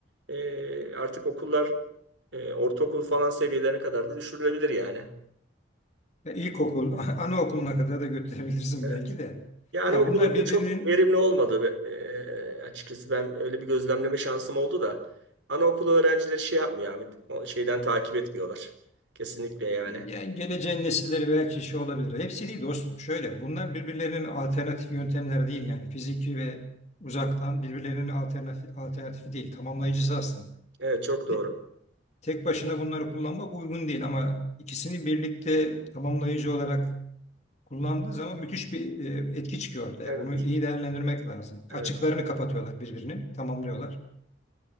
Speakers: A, on the right; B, on the left.
A: e, artık okullar e, ortaokul falan seviyelerine kadar da düşürülebilir yani.
B: Ya ilkokul, <laughs> anaokuluna kadar da götürebilirsin
A: Evet.
B: belki de.
A: Yani
B: Yani
A: okulum
B: bunlar birbirinin
A: da çok verimli olmadı. be- E, açıkçası ben öyle bir gözlemleme şansım oldu da. Anaokulu öğrencileri şey yapmıyor abi. O şeyden takip etmiyorlar. Kesinlikle yani.
B: Yani geleceğin nesilleri belki şey olabilir. Hepsi değil dostum. Şöyle bunlar birbirlerinin alternatif yöntemleri değil yani. Fiziki ve uzaktan birbirlerinin alternatif, alternatifi değil. Tamamlayıcısı aslında.
A: Evet çok
B: Te-
A: doğru.
B: Tek başına bunları kullanmak uygun değil ama ikisini birlikte tamamlayıcı olarak kullandığı zaman müthiş bir e, etki çıkıyor ortaya.
A: Evet.
B: Bunu iyi değerlendirmek lazım.
A: Evet.
B: Açıklarını kapatıyorlar birbirini, tamamlıyorlar.